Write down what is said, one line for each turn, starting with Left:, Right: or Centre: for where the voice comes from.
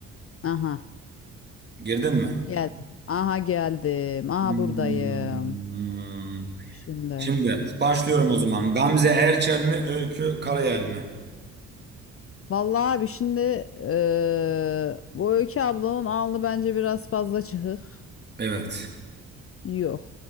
Left: Aha.
Right: Girdin mi?
Left: Geldim. Aha geldim. Aha
Right: Hmm.
Left: buradayım. Şimdi.
Right: Şimdi başlıyorum o zaman. Gamze Erçel mi, Öykü Karayel mi?
Left: Vallahi abi şimdi eee, bu Öykü ablanın alnı bence biraz fazla çıkık.
Right: Evet.
Left: Yok.